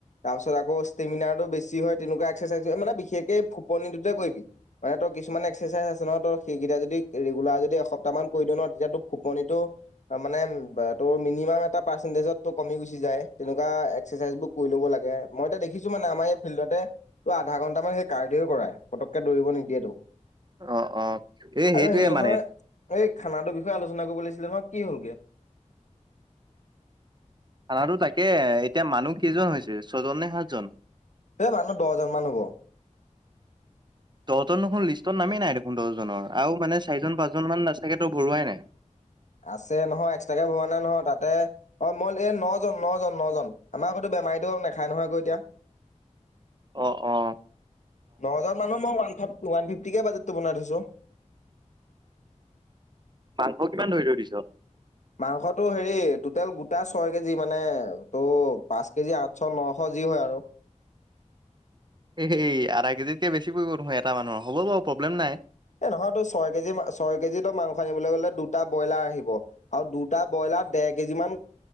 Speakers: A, on the left; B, on the right.
A: তাৰপিছত আক ষ্টেমিনাৰটো বেছি হয় তেনেকুৱা এক্সাৰচাইজ মানে বিশেষকে ফুপনি দুটে কৰিবি। মানে তই কিছুমান এক্সাৰচাইজ আছে ন ত সেইকেইটা যদি ৰেগুলাৰ যদি এসপ্তাহমান কৰি দিওঁ ন তেতিয়া তো ফুপনিটো মানে বা ত মিনিম এটা পাৰটেনতেজ কমি গুচি যায় তেনেকুৱা এক্সাৰচাইজ বোৰ কৰি লব লাগে, মই এতিয়া দেখিছো মানে আমাৰ ফিল্ডতে আধা ঘন্টা মান কাৰডিয় কৰাই কৰিব নিদিয়েতো
B: অ অ এই সেইটোয়ে
A: আৰু হেৰি নহয়
B: মানে
A: এই খানাটোৰ বিষয়ে আলোচনা কৰিব লাগিব ইছলাম কি হ'ল গে।
B: খানাটো তাকে এতিয়া মানুহ কেইজন হৈছে ছয়জন নে সাতজন।
A: এই মানুহ দহজন মান হব।
B: দহজন নখোন লিষ্টত নামেই নাই দেখোন দহজনৰ আৰু মানে চাৰিজন পাঁচজন মান চাগে ত ভৰোৱাই নাই।
A: আছে নহয় এক্সট্ৰাকে ভৰা নাই নহয় তাতে অ মই এই নজন নজন নজন আমাৰ আগো- আমাৰ আইদেউ নাখায় নহয় এইবোৰ এতিয়া
B: অ অ
A: ন-জন মানুহ মই ওৱান ফি ফিফটিকে বাজেট টো বনাই থৈছো
B: মাংস কিমান ধৰি থৈ দিছ।
A: মাংসটো হেৰি টোটেল গোটা ছয় কেজি মানে ত পাঁচ কেজি আঠশ নশ যি হয় আৰু।
B: এই আধা কেজিতকে বেছি পৰিব নহয় এটা মানুহৰ হ'ব বাৰু প্ৰব্লেম নাই।
A: এ নহয় তই ছয় কেজি ছয় কেজিতো মাংস আনিবলৈ গলে দুটা ব্ৰইলাৰ আহিব আৰু দুটা ব্ৰইল- তাত ডেৰ কেজি মান